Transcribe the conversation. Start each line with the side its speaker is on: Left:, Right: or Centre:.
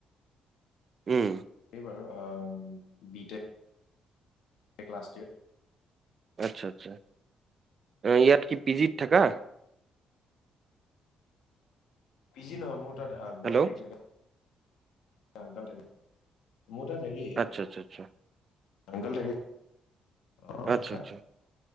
Right: উম।
Left: এই বাৰু অ' বিতেট এক লাষ্ট ইয়েৰ।
Right: আচ্ছা, আচ্ছা ইয়াত কি পিজিত থাকা?
Left: পিজি নহয়, মোৰ তাত আ-ব-হেৰি
Right: হেল্ল'
Left: থাকে। আংকল থাকে। মোৰ তাত হেৰি
Right: আচ্ছা, আচ্ছা, আচ্ছা, আচ্ছা।
Left: আংকল থাকে। অ'
Right: আচ্ছা, আচ্ছা।